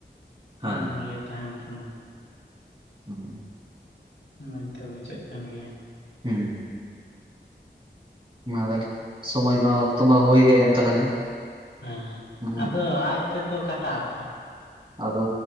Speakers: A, on the right; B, on the left.
A: ᱦᱮᱸ
B: ᱟᱨ ᱢᱩᱨᱟᱹᱭ ᱛᱟᱦᱮᱱ ᱠᱟᱱᱟ᱾
A: ᱦᱩᱢ
B: ᱢᱚᱡᱽ ᱫᱚ ᱵᱩᱡᱷᱟᱹᱜ ᱠᱟᱱ ᱜᱮᱭᱟ᱾
A: ᱦᱮᱸ᱾ ᱢᱟ ᱛᱟ ᱦᱚᱞᱮ ᱥᱚᱢᱚᱭ ᱢᱟ ᱚᱠᱛᱚ ᱢᱟ ᱦᱩᱭ ᱦᱮᱡ ᱮᱱ ᱛᱟᱞᱟᱝᱟ᱾
B: ᱦᱮᱸ
A: ᱦᱩᱸ᱾
B: ᱟᱫᱚ ᱟᱡ ᱛᱮᱛᱚ ᱠᱟᱴᱟᱜ ᱟᱛᱚ?
A: ᱟᱫᱚ